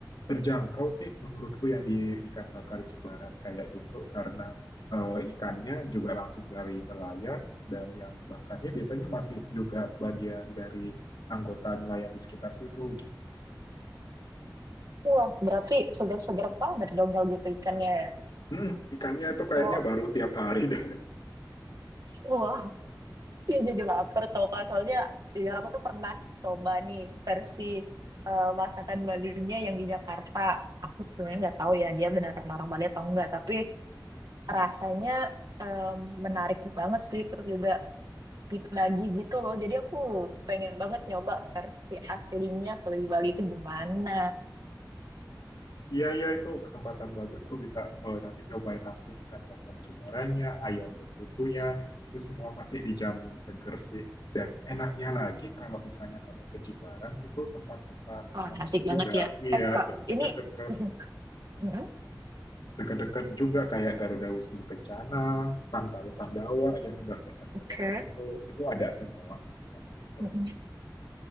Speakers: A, on the left (about 70°); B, on the right (about 60°).
A: terjangkau sih menurutku yang di ikan bakar Jimbaran kayak gitu karena eh, ikannya juga langsung dari nelayan dan yang bakarnya biasanya masih juga bagian dari anggota nelayan di sekitar situ.
B: Wah, berarti segar-segar banget dong kalau gitu ikannya ya.
A: Hmm, ikannya itu kayaknya
B: Oh,
A: baru tiap hari dan
B: wah, <laughs> dia jadi lapar tau kan. Soalnya iya aku tuh pernah coba nih versi eh, masakan Balinya yang di Jakarta. Aku sebenarnya nggak tahu ya dia beneran orang Bali atau enggak. Tapi rasanya em, menarik banget sih. Terus juga lagi gitu loh. Jadi aku pengen banget nyoba versi aslinya kalau di Bali itu gimana.
A: iya iya itu kesempatan bagus tuh bisa eh, nanti nyobain langsung ikan bakar jumbaranya, ayam betutunya, itu semua pasti dijamin seger sih. Dan enaknya lagi kalau misalnya kamu ke Jimbaran itu tempat-tempat
B: Wah,
A: wisatanya
B: asik banget
A: juga
B: ya.
A: iya
B: Eh, Kak,
A: itu dekat-dekat
B: ini... Mm-mm. Mm-mm.
A: deket-deket juga kayak Garuda Wisnu Kencana, Pantai Pandawa yang udah terkenal
B: Oke.
A: banget itu itu ada semua di sekitar situ.
B: Mm-mm.